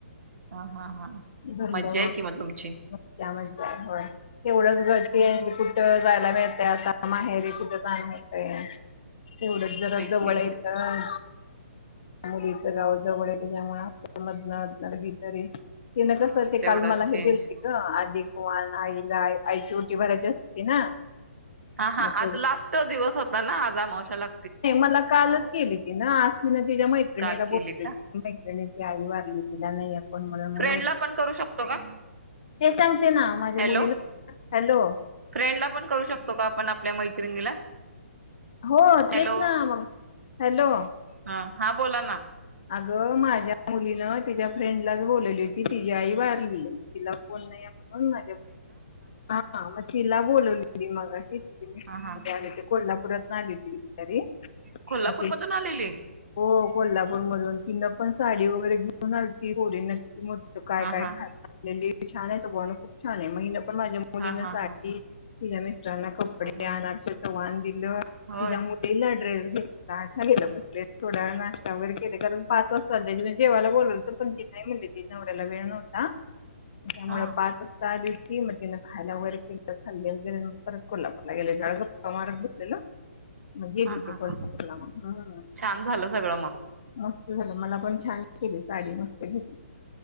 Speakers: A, on the right; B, on the left.
A: हा हा हा.
B: भरलं
A: मज्जा
B: वांग
A: आहे कि मग तुमची
B: मज्जा मज्जा होय तेवढंच करती आणि कुठं जायला मिळते आता माहेरी कुठं जाणं होतंय. तेवढच जरा
A: होय
B: जवळ
A: की
B: यायचं मुलीचं गाव जवळ त्याच्यामुळं अधनं मधनं कधीतरी, तिनं
A: हा
B: कसं ते
A: तेवढाच
B: काल मला
A: चेंज
B: हे दिलते गं, आधी वान आईला, आईची वटी भरायची असते ना.
A: हा हा,
B: नाही
A: आज लास्ट दिवस होता ना आज आमावश्याला.
B: तेन मला कालच केेली तिनं, आज तिन तिच्या मैत्रिणीला
A: काल केली
B: बोलवलं
A: का
B: त्यानी ती आई वारली तिला नाही कोण म्हणून
A: फ्रेंड
B: मग मै
A: ला पण करू शकतो का?
B: ते सांगते ना माझ्या
A: हॅलो
B: मुलीला हॅलो
A: फ्रेंडला पण करू शकतो का आपण आपल्या मैत्रिणीला?
B: हो,
A: हॅलो
B: तेच ना मग हॅलो!
A: ह हा बोला ना.
B: अगं माझ्या मुलीनं तिच्या फ्रेंडलाच बोलवली होती, तिजी आई वारली तिला <unintelligible> हा म तिला बोलवली. मगाशी <unintelligible>
A: हा हा
B: आणि कोल्हापुरातनं आली ती. तरी
A: कोल्हापूर
B: म ती
A: मधून आलेली
B: हो कोल्हापूर मधून तिनं पण साडी वगैरे घेऊन आलती पोरीनं काय
A: हा
B: काय
A: हा
B: खायला आणलेली छान आहे, बघ खूप छान आहे म हीनं पण माझ्या मुलीनं
A: हा हा
B: साडी
A: हा
B: तिच्या मिस्टरांना कपडे,
A: हा हा
B: आणचं तर वाण दिलं
A: होय
B: तिच्या मुलीला ड्रेस <unintelligible> बसले थोड्या वेळा नाश्ता वगैरे केले कारण पाच वाजता त्यानी म जेवायला बोलवलं होतं, पण ती नाही म्हणली तिच्या नवऱ्याला वेळ नव्हता. त्यामुळं
A: हा
B: पाच वाजता आली होती मग तिनं खायला वगैरे केलं खाल्ले वगैरे मग परत कोल्हा पूरला गेले, जरा गप्पा मारत बसलेलो, मग गेली
A: हा
B: ती
A: हा
B: कोल्हापूरला
A: हा
B: मग, हम्म.
A: छान झालं सगळं मग
B: मस्त झालं, मला पण छान केली साडी मस्त घेतली.